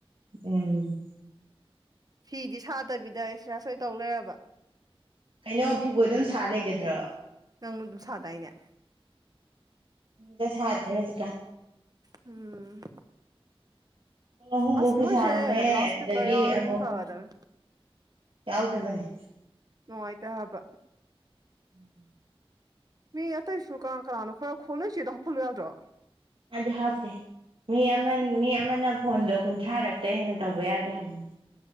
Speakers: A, on the right; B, on the right.
A: ꯎꯝ
B: ꯐꯤꯗꯤ ꯁꯥꯗꯕꯤꯗ ꯑꯦꯛꯁꯁꯥꯏ ꯁꯣꯏ ꯇꯧ ꯂꯩꯔꯕ
A: ꯀꯩꯅꯣ ꯐꯤꯕꯣ ꯑꯗꯨꯝ ꯁꯥ ꯂꯩꯒꯗ꯭ꯔꯣ
B: ꯅꯪ ꯑꯗꯨꯝ ꯁꯥꯗꯥꯏꯅꯦ
A: ꯒ ꯁꯥꯗ꯭ꯔꯦ ꯍꯧꯖꯤꯛꯀ
B: ꯎꯝ
A: ꯄꯨꯡ ꯑꯍꯨꯝꯐꯥꯎ
B: ꯑꯁ
A: ꯐꯤ
B: ꯃꯣꯏꯁꯦ
A: ꯁꯥꯔꯝꯃꯦ
B: ꯂꯥꯎꯠ
A: ꯑꯗꯨꯗꯒꯤ
B: ꯏꯁꯄꯤꯀꯔ ꯌꯥꯎꯔꯗꯤ
A: ꯑꯃꯨꯛ
B: ꯐꯗꯕꯅꯦ
A: ꯌꯥꯎꯗꯣꯕꯅꯤ
B: ꯅꯨꯡꯉꯥꯏꯇꯕ
A: ꯎꯝ
B: ꯃꯤ ꯑꯇꯩꯁꯨ ꯀꯅꯥ ꯀꯅꯥꯅꯣ ꯈꯔ ꯈꯣꯡꯅꯁꯤꯗꯣ ꯍꯥꯞꯐꯜꯂꯨ ꯌꯥꯗ꯭ꯔꯣ
A: ꯑꯗꯨꯗꯤ ꯍꯥꯞꯇꯦ ꯃꯤ ꯑꯃ
B: ꯎꯝ
A: ꯃꯤ ꯑꯃꯅ ꯐꯣꯟꯗꯣ ꯀꯨꯟꯊ꯭ꯔꯥꯔꯛꯇ ꯍꯦꯟꯅ ꯇꯧꯕ ꯌꯥꯗꯦ ꯍꯥꯏꯕꯅꯦ